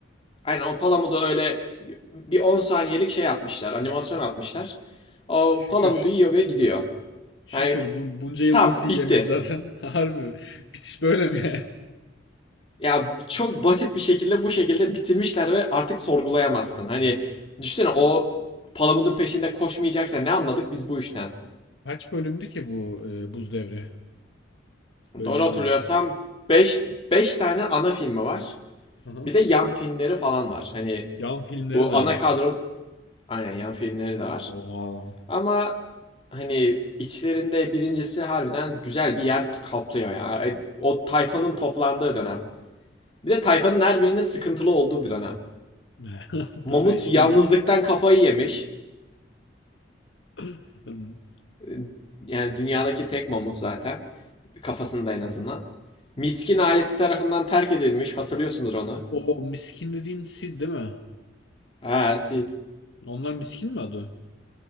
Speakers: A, on the left; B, on the left.
A: Aynen o Palamut'a öyle bir 10 saniyelik şey atmışlar. Animasyon atmışlar. O
B: Şükür.
A: Palamut'u yiyor ve gidiyor.
B: Şükür.
A: Yani
B: Bu, bunca yıl
A: tam
B: nasıl yiyemedi
A: bitti.
B: zaten? <laughs> Harbi. Bitiş böyle mi yani?
A: Ya çok basit bir şekilde bu şekilde bitirmişler ve artık sorgulayamazsın. Hani düşünsene o Palamut'un peşinde koşmayacaksa ne anladık biz bu işten?
B: Kaç bölümdü ki bu e, buz devri? Bölüm
A: Doğru
B: dedim
A: hatırlıyorsam
B: yani şey.
A: 5 5 tane ana filmi var.
B: Aha.
A: Bir de yan filmleri falan var. Hani
B: Yan filmleri
A: bu
B: de
A: ana
B: var.
A: kadron aynen yan filmleri de var.
B: Oha.
A: Ama hani içlerinde birincisi harbiden güzel bir yer kaplıyor ya. O tayfanın toplandığı dönem. Bir de tayfanın her birinde sıkıntılı olduğu bir dönem.
B: <laughs>
A: Mamut
B: Tabii hiçbir
A: yalnızlıktan
B: bir...
A: kafayı yemiş.
B: <laughs>
A: Ee, Yani dünyadaki tek mamut zaten. Kafasında en azından. Miskin ailesi tarafından terk edilmiş. Hatırlıyorsunuz onu.
B: O miskin dediğin sid değil mi?
A: Ha Sid.
B: Onlar miskin mi adı?